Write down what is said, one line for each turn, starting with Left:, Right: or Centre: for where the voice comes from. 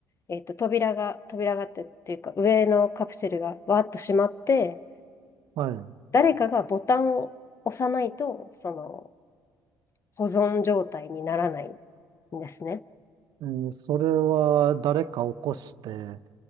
Left: えっと、扉が、扉がってっていうか、上のカプセルがわーっと閉まって、
Right: はい。
Left: 誰かがボタンを押さないと、その、保存状態にならないんですね。
Right: えーそれは誰か起こして、